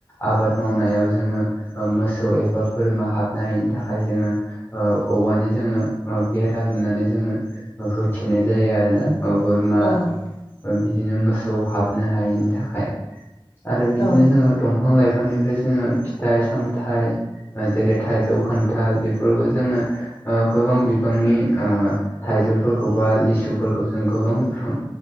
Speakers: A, on the left; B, on the left.
A: आबाद मावनायाव जोङो मोसौ एबा बोरमा हाबनायनि थाखाय जोङो ओ औवानि जोङो बेरा लुनानै जोङो होथेनाय जायो आरोना। ओ बोरमा
B: औ नोंथां
A: बिदिनो मोसौ हाबनो हायैनि थाखाय। आरो बिदिनो
B: औ नोंथां
A: जोङो दंफां लाइफांनिफ्राय जोङो फिथाइ सामथाइ जेरै थाइजौ खान्थाल बेफोरखौ जोङो गोबां बिबांनि ओ थाइजौफोरखौ बा लिसुफोरखौ जों गोबां बिफां